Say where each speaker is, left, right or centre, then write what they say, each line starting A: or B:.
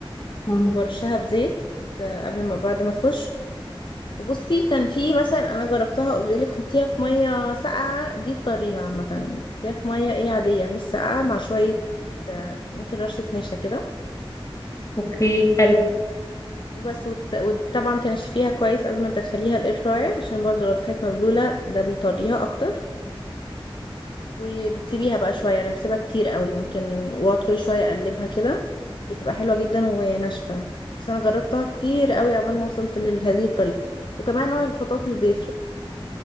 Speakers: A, on the left (about 35°); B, on the left (about 55°).
A: مم.
B: وبرشها بزيت آه، قبل ما بعد ما تخش وبصي كان في مثلا انا جربتها وبيقولك حطيها في مية ساقعة دي الطريقة عامة حطيها في مية ايه عادية مش ساقعة مع شوية آه، ممكن رشة نشا كده
A: اوكي حلو
B: وبس وتس... وطبعا تنشفيها كويس قبل ما تدخليها الاير فراير عشان برضو لو دخلت مبلولة ده بيطريها اكتر وبتسيبيها بقى شوية انا بسيبها كتير قوي ممكن واقعد كل شوية اقلبها كده بتبقى حلوة جدا وناشفة بس انا جربتها كتير قوي عبال ما وصلت لهذه الطريقة وكمان نوع البطاطس بيفرق